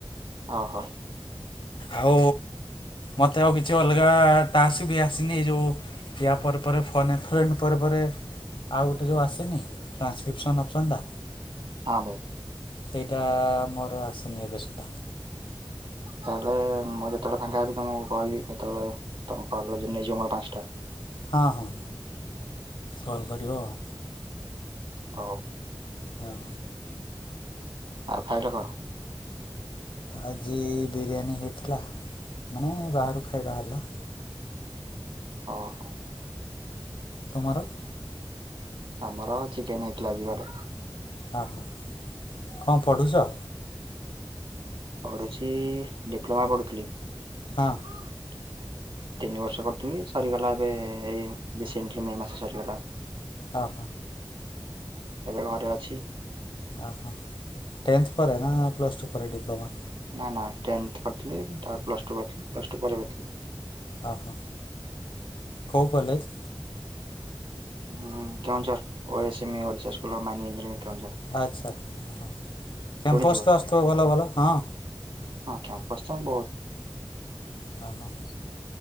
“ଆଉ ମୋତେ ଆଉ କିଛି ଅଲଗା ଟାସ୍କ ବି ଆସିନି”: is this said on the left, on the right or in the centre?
Left